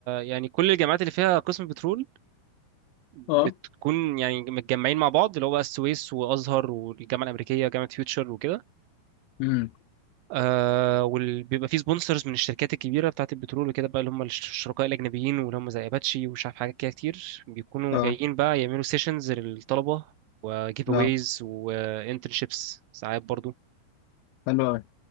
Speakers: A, on the right (about 80°); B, on the left (about 80°).
A: يعني كل الجامعات اللي فيها قسم بترول بتكون
B: اه
A: يعني متجمعين مع بعض اللي هو بقى السويس وازهر والجامعه الامريكيه وجامعه فيوتشر وكده
B: امم
A: آه وبيبقى فيه سبونسرز من الشركات الكبيره بتاعه البترول وكده بقى اللي هم الش- الشركاء الاجنبيين واللي هم زي اباتشي ومش عارف حاجات كده كتير بيكونوا
B: اه
A: جايين بقى يعملوا سيشنز للطلبه وجيف
B: لا
A: اويز وانترنشيبس ساعات برضو
B: حلو أوي.